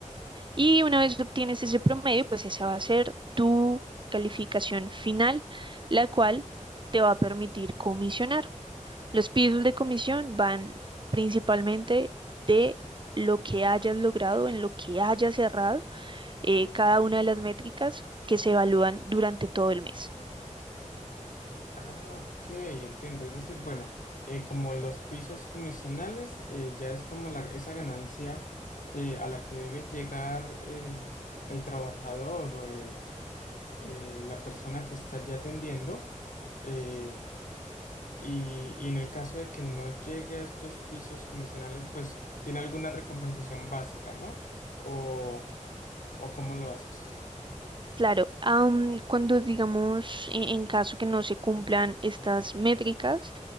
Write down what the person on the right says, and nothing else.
Y una vez obtienes ese promedio, pues esa va a ser tu calificación final, la cual te va a permitir comisionar. Los pisos de comisión van principalmente de lo que hayas logrado, en lo que hayas cerrado, eh, cada una de las métricas que se evalúan durante todo el mes.
Claro, am, cuando digamos, en en caso que no se cumplan estas métricas,